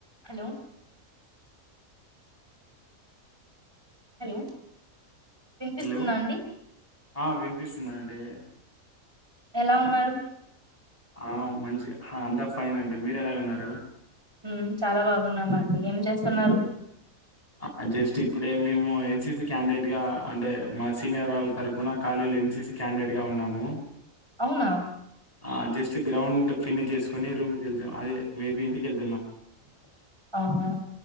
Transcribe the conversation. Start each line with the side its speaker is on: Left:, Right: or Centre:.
Right: hello hello వినిపిస్తుందా
Left: Hello
Right: అండి
Left: ఆ వినిపిస్సుంది అండి
Right: ఎలా ఉన్నారు
Left: ఆ మంచి హా అంతా ఫైన్ అండి మీరు ఎలాగున్నారు
Right: ఉమ్ చాలా బాగున్నామండి ఏం చేస్తున్నారు
Left: అ జస్ట్ ఇప్పుడే మేము ఎన్ సి సి క్యాండిడేట్ గా అంటే మా సీనియర్ వాళ్ళ తరుపున ఖాళీ లెన్సిసి క్యాండేట్ గా ఉన్నాము
Right: అవునా
Left: ఆ జస్ట్ గ్రౌండ్ ఫినిష్ చేసుకొని రూమ్ కెళ్ళిపోయాం అదే మేబి ఇంటికెళ్
Right: అవునా